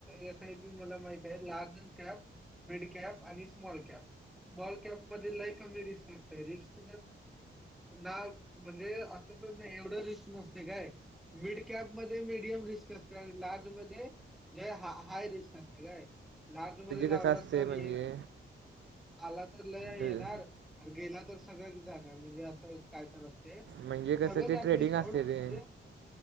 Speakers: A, in the centre; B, on the right (about 60°).
A: एस आय पी मला माहित आहे लार्ज कॅप - मिड कॅप आणि स्मॉल कॅप स्मॉल कॅप मध्ये लही कमी रिस्क असत रिस्क - <unintelligible> म्हणजे असतंच नाही एवढ रिस्क नसतय काय मिडकॅप - कॅप मध्ये मीडियम रिस्क असते आणि लार्ज मध्ये लई हाय रिस्क असते काय - लार्ज मध्ये लावलं
B: कसं असते
A: अस तररी
B: म्हणजे
A: ये आला तर लय
B: अं,
A: येणार गेला तर सगळ्याच जाणार म्हणजे असं काय तर ते
B: म्हणजे
A: सगळं
B: कसं ते
A: आप
B: ट्रेडिंग
A: नाही सोड
B: असते ते
A: म्हणजे